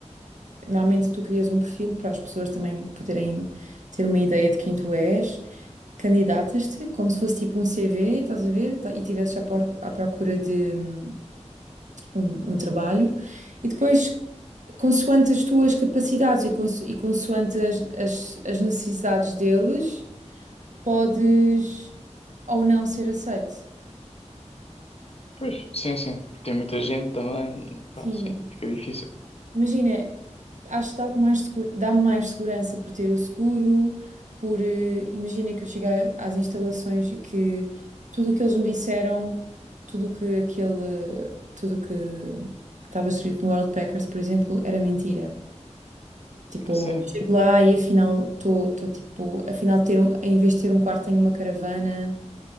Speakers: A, on the right; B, on the left.
A: Normalmente tu crias um perfil para as pessoas também poderem ter uma ideia de quem tu és. Candidatas-te como se fosse tipo um CV, estás a ver? Tá- E tivesses à por- à procura de. hum, um, um trabalho e depois, consoante as tuas capacidades e, cons e consoante as, as, as necessidades deles, podes ou não ser aceito.
B: Pois, sim, sim. Tem muita gente também, e
A: Sim,
B: pá, sim, fica difícil.
A: imagina, acho que dá-te mais seguro, dá-me mais segurança por ter o seguro, por, eh, imagina que eu chegar às instalações e que tudo o que eles me disseram, tudo o que aquele, tudo o que estava escrito no World Packers, por exemplo, era mentira. Tipo,
B: Sim,
A: chego lá e afinal estou tipo, afinal ter um, em vez de ter um quarto tenho uma caravana